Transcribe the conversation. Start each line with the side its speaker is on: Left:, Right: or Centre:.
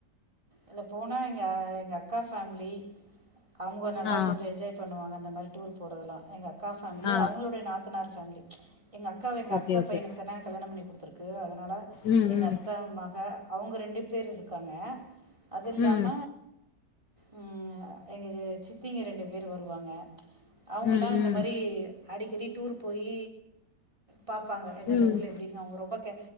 Right: இல்ல போனா எங்க எங்க அக்கா ஃபேமிலி அவுங்க நல்லா
Left: ஆ,
Right: கொஞ்சோ என்ஜாய் பண்ணுவாங்க அந்த மாரி டூர் போறதெல்லா எங்க அக்காஃபேமிலி
Left: ஆ.
Right: அவங்களுடைய நாத்தனார் ஃபே கல்லு எங்க அக்காவ எங்க
Left: ஓகே,
Right: அத்த
Left: ஓகே.
Right: பையனுக்தனே கல்யணோ பண்ணி கொடுத்து த்திறக்கு அதனால
Left: ம்,
Right: எங்க
Left: ம்.
Right: அத்த மா ங்க அவங்க ரெண்டு பேர் இருக்காங்க அது இல்லாம
Left: ம்.
Right: ம் எங்க சித்திங்க ரெண்டு பேரு வருவாங்க அவங்கல்லா
Left: ம்,
Right: இந்த
Left: ம்.
Right: மாரி அடிக்கடி டூர் போய் பாபாங்க எந்தந்தஊர்ல
Left: ம்.
Right: எப்டி இருக் அவங்க ரொம்ப க